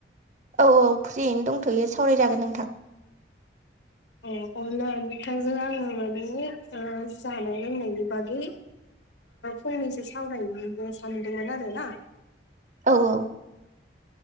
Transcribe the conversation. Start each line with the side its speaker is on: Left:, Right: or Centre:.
Right: औ औ फ्रियैनो दंथ'यो सावरायजागोन नोंथां।
Left: अ अब्ला नोंथांजों आंङो माने जानाय लोंनायनि बागै। फंनैसो सावरायनो सानदोंमोन आरो ना।
Right: औ औ।